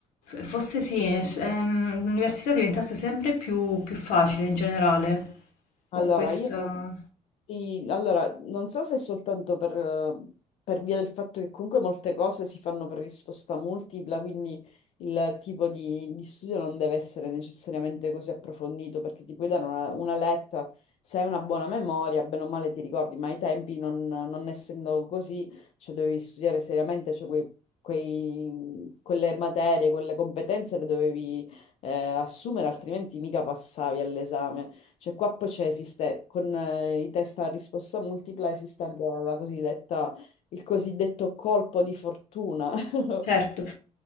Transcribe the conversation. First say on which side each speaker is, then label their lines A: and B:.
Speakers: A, on the left; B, on the left.
A: fosse sì, ehm, l'università diventasse sempre più, più facile in generale,
B: Allora,
A: ho questa...
B: io sì, allora, non so se è soltanto per, eh, per via del fatto che comunque molte cose si fanno per risposta multipla, quindi il tipo di, di studio non deve essere necessariamente così approfondito, perché ti puoi dare una, una letta, se hai una buona memoria, bene o male ti ricordi, ma ai tempi non, non essendo così, cioè dovevi studiare seriamente, cioè quei- quei- quelle materie, quelle competenze le dovevi eh, assumere, altrimenti mica passavi all'esame. Cioè qua poi c'è, esiste, con eh, i test a risposta multipla esiste anche la cosiddetta, il cosiddetto colpo di fortuna. <laughs>
A: Certo,